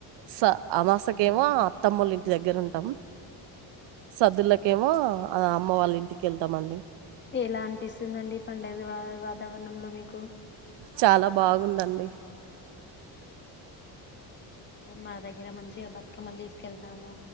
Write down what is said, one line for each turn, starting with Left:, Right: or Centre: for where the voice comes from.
Right: స అమాసకేమో
Left: అవునా
Right: అత్తమ్మోళ్ల ఇంటి దగ్గర ఉంట టము సద్దులకేమో ఆ అమ్మ వాళ్ళ ఇంటికెల్ త మండి
Left: ఎలా అనిపిస్తుందండి పండగ ది వాతావరణంలో మీకు
Right: చాలా బాగుందండి.
Left: మా దగ్గర మంచిగా బతుకమ్మలు తీసుకెళ్తాము.